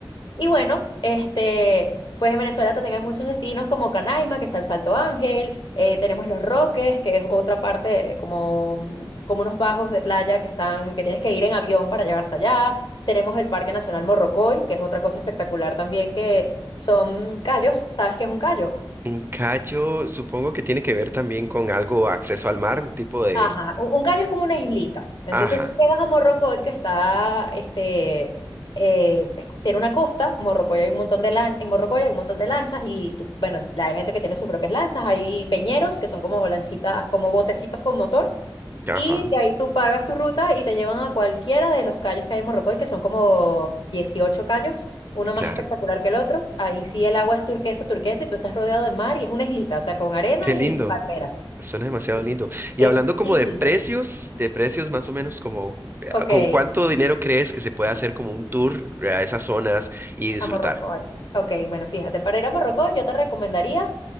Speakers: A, on the left; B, on the right.
A: Y bueno, este, pues en Venezuela también hay muchos destinos como Canaima, que está el Salto Ángel, eh, tenemos Los Roques, que es otra parte como, mm, como unos bajos de playa que están, que tienes que ir en avión para llegar hasta allá. Tenemos el Parque Nacional Morrocoy, que es otra cosa espectacular también, que son callos. ¿Sabes qué es un callo?
B: Un callo, supongo que tiene que ver también con algo acceso al mar, un tipo de...
A: Ajá, un, un caño es como una islita. Entonces
B: Ajá,
A: tú llegas a Morrocoy, que está, este, eh, es- tiene una costa, Morrocoy hay un montón de lan- en Morrocoy hay un montón de lanchas y tú- bueno, hay gente que tiene sus propias lanchas, hay peñeros que son como lanchitas, como botecitos con motor.
B: ajá,
A: Y de ahí tú pagas tu ruta y te llevan a cualquiera de los cayos que hay en Morrocoy, que son como 18 cayos, uno más
B: claro.
A: espectacular que el otro. Ahí sí el agua es turquesa, turquesa y tú estás rodeado de mar y es una islita, o sea, con arena
B: Qué lindo,
A: y y palmeras.
B: suena demasiado
A: Sí,
B: lindo. Y
A: es
B: hablando
A: divino.
B: como de precios, de precios más o menos como, eh,
A: Ok,
B: ¿con cuánto dinero crees que se puede hacer como un tour a esas zonas y disfrutar?
A: a Morrocoy. Ok, bueno, fíjate, para ir a Morrocoy yo te recomendaría